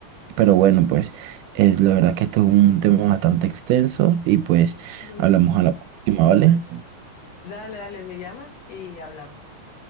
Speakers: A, on the right (about 85°); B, on the left (about 55°).
A: Pero bueno, pues es la verdad que esto es un tema bastante extenso y pues
B: Mm.
A: hablamos a la próxima, ¿vale?
B: Dale, dale, me llamas y hablamos.